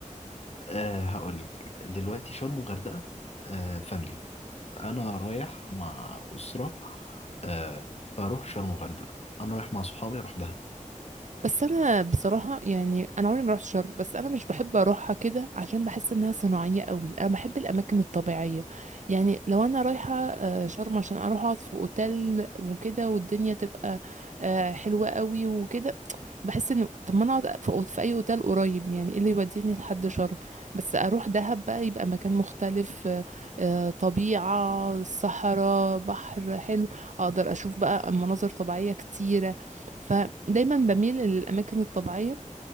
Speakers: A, on the left (about 50°); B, on the right (about 65°).
A: أه هقولك دلوقتي شرم وغردقة أه فاميلي انا رايح مع اسرة أه فاروح شرم وغردقة انا رايح مع صحابي اروح دهب
B: بس انا بصراحه يعني انا عمري ما رحت شرم بس انا مش بحب اروحها كده عشان بحس انها صناعيه قوي انا بحب الاماكن الطبيعيه يعني لو انا رايحه آه، شرم عشان اروح اقعد في اوتيل وكده والدنيا تبقى آه، حلوه قوي وكده بحس انه طب ما انا اقعد في أوت- في اي اوتيل قريب يعني ايه اللي يوديني لحد شرم بس اروح دهب بقى يبقى مكان مختلف آه، آه، طبيعه صحراء بحر حلو اقدر اشوف بقى مناظر طبيعيه كتيره فدايما بميل للاماكن الطبيعيه